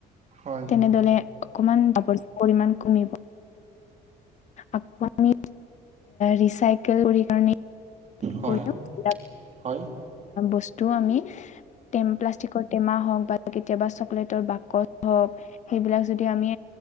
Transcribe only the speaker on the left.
তেনেদৰে অকমান আৱৰ্জনাৰ পৰিমাণ কমিব আকৌ আমি ৰিচাইকেল কৰি পানি
কৰি
বস্তু আমি টেম প্লাষ্টিকৰ টেমা হওক বা কেতিয়াবা চকলেটৰ বাকচ হওক সেইবিলাক যদি আমি